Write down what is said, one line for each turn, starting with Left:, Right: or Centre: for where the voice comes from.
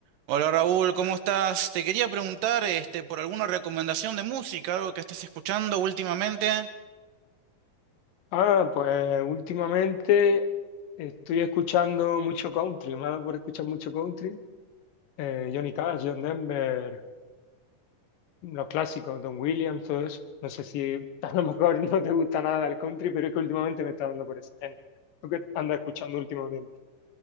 Right: Hola Raúl, ¿cómo estás? Te quería preguntar este, por alguna recomendación de música, algo que estés escuchando últimamente.
Left: Ah, pues últimamente estoy escuchando mucho country, más por escuchar mucho country. Eh, Johnny Cash, John Denver, los clásicos, Don Williams, todo eso. No sé si <laughs> a lo mejor no te gusta nada el country, pero es que últimamente me está dando por ese género. Lo que anda escuchando últimamente.